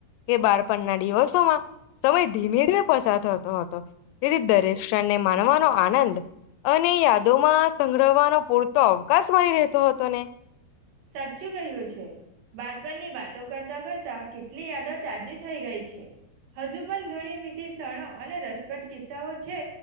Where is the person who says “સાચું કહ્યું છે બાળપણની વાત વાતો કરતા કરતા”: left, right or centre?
Right